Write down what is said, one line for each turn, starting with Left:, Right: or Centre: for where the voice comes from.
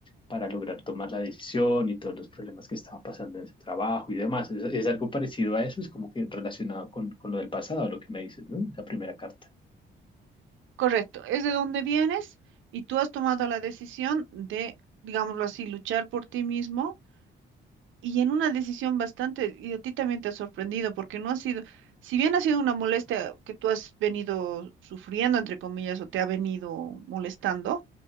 Left: para lograr tomar la decisión y todos los problemas que estaba pasando en ese trabajo y demás. ¿Es, es algo parecido a eso? Es como que relacionado con, con lo del pasado, lo que me dices, ¿no? La primera carta.
Right: Correcto. Es de donde vienes y tú has tomado la decisión de, digámoslo así, luchar por ti mismo Y en una decisión bastante, y a ti también te ha sorprendido, porque no ha sido, si bien ha sido una molestia que tú has venido sufriendo, entre comillas, o te ha venido molestando,